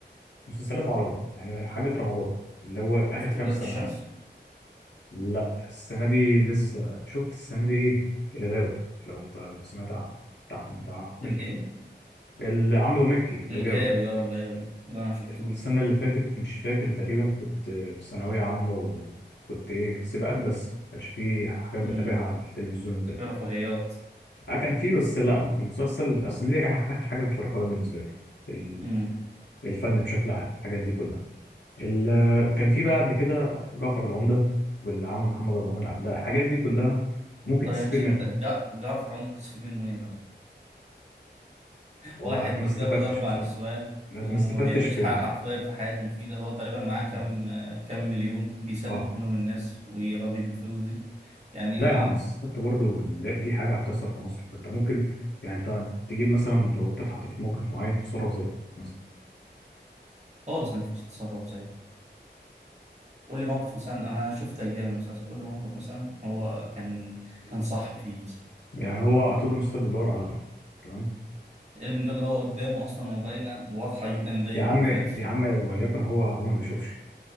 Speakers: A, on the left; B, on the right.
A: مسلسلات عربي بقى، يعني حاجه رمضان اللي هو اخر
B: شفت
A: كام
B: ولاد
A: سنه
B: الشمس
A: مثلا لا السنة دي لسه شفت السنة دي إيه الغاوي لو أنت كنت سمعت عنه بتاع بتاع مكي
B: الإيه
A: اللي عمله مكي
B: الغاوي
A: اللي جاوي
B: اه الغاوي لا ما شفتوش
A: السنة اللي فاتت مش فاكر تقريبا كنت في ثانوية عامة وكنت إيه سباقات بس ما كانش فيه حاجات بتابعها
B: امم
A: على التلفزيون وكده
B: في رفاهيات
A: آه، كان فيه بس لا مسلسل أصل دي آخر آخر حاجة في الرقابات بالنسبة لي ال-
B: امم
A: الفن بشكل عام الحاجات دي كلها ال- كان فيه بقى قبل كده جعفر العمدة واللي عمله محمد رمضان قبلها الحاجات دي كلها ممكن
B: طب
A: تستفيد
B: يعني بذمتك
A: منها
B: جع- جعفر عمر كنت تستفيد منه إيه مثلا
A: وما
B: واحد متجوز
A: استفدتش
B: أربع
A: بصراحة
B: نسوان
A: لا-
B: وما
A: ما استفدتش
B: بيعملش
A: في
B: حاجة
A: ال...
B: حرفيا في حياته مفيدة هو تقريبا معاه كام
A: مم.
B: آه، كام مليون بيسلف
A: اه
B: منهم الناس ويربي بالفلوس دي يعني
A: لا يا عم بس استفدت برضه ان لا- دي حاجة هتحصل في مصر انت ممكن يعني انت تجيب مثلا لو انت اتحطيت في موقف معين تتصرف زيه مثلا
B: خالص ما ينفعش تتصرف زيه قول لي موقف مثلا أنا شفت أجزاء من المسلسل قول لي موقف مثلا هو كان كان صح فيه مثلا
A: يعني هو طول المستقبل بيدور على ابنه تمام
B: الابن ده اللي هو قدامه أصلا وباينة وواضحة جدا إن ده
A: يا
B: ابنه
A: عم
B: فاهم
A: يا عم وليكن هو هو ما بيشوفش